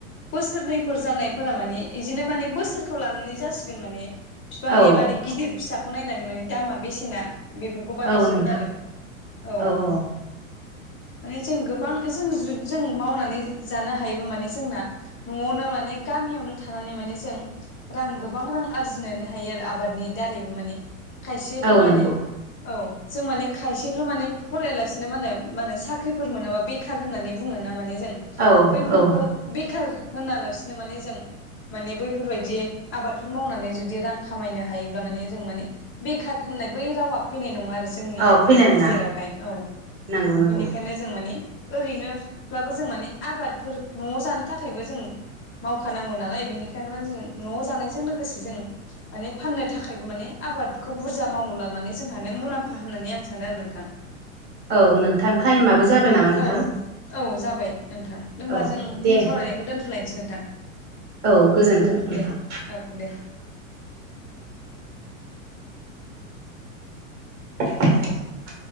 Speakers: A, on the left (about 30°); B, on the right (about 25°).
A: बोसोरनैफोर जानायफोरा माने बिदिनो माने बोसोरखौ लानानै जासिगोन माने बिफांनि
B: औ
A: माने गिदिर फिसाखौ नायनानै माने दामा बेसेना बेफोरखौ बानायसिगोन
B: औ नोंथां
A: आरो औ।
B: औ औ
A: माने जों गोबां जों जों मावनानै जानो हायोबो माने जोंना न'आवनो माने गामियावनो थानानै माने जों रां गोबां रां आरजिनो हायो आरो आबादनि दारैबो माने खायसेफ्रा
B: औ
A: माने
B: नंगौ
A: औ जों माने खायसेफ्रा माने फरायालासिनो मा होनो मा होनो साख्रिफोर मोनाबा बेखार होननानै बुङो ना माने जों
B: औ
A: बैफोरखौ
B: औ
A: बेखार होनालासिनो माने जों माने बैफोरबायदि आबादफोर मावनानै जुदि रां खामायनो हायोब्ला माने जों माने बेखार होननाय बै रावा फैनाय नङा आरो जोंनि
B: औ फैनाय नङा
A: गेजेरावहाय औ
B: नंगौ नंगौ
A: बिनिखायनो जों माने ओरैनोब्लाबो जों माने आबादफोर न'आव जानो थाखायबो जों मावखानांगौ नालाय बेनिखायनो मा जों न'आव जानायजों लोगोसे जों माने फाननो थाखायबो माने आबादखौ बुरजा मावोब्ला माने जोंहानो मुलाम्फा होननानै आं सानो आरो नोंथां।
B: औ नोंथां टाइमआबो जाबाय नामा नोंथां।
A: औ औ जाबाय नोंथां होनबा
B: औ
A: जों
B: दे
A: सावरायनायखौ दोन्थ'लायनोसै नोंथां।
B: औ गोजोन्थों नोंथां।
A: दे औ दे
B: <inaudible>